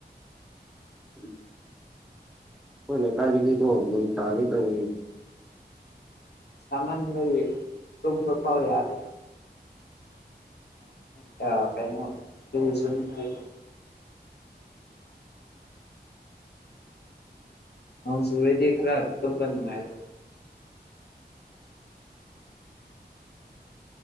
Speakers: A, in the centre; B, on the left.
A: ꯎꯝ ꯑꯩꯈꯣꯏ ꯂꯩꯀꯥꯏꯗꯗꯤꯀꯣ ꯅꯣꯡ ꯇꯥꯒꯦ ꯇꯧꯋꯦ
B: ꯁꯃꯟꯕꯒꯤ ꯇꯨꯝꯕ ꯐꯥꯎ ꯌꯥꯗꯦ ꯁꯥ ꯀꯩꯅ ꯆ ꯑ ꯁꯨꯔꯔꯗꯤꯈ ꯔ ꯊꯝꯝꯕ ꯅꯨꯡꯉꯥꯏꯔꯦ